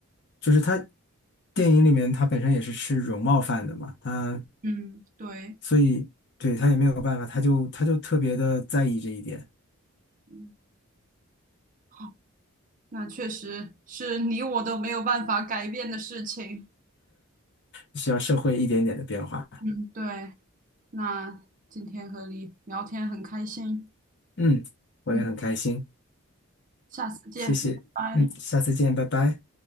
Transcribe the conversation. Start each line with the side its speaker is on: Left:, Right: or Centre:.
Left: 就是她电影里面她本身也是吃容貌饭的嘛，她
Right: 嗯，对，
Left: 所以对她也没有办法，她就她就特别的在意这一点，
Right: 嗯，好，那确实是你我都没有办法改变的事情。
Left: 需要社会一点点的变化。
Right: 嗯，对，那今天和你聊天很开心。
Left: 嗯，我也很开心，
Right: 嗯，下次见，
Left: 谢谢，
Right: 拜拜。
Left: 嗯，下次见，拜拜。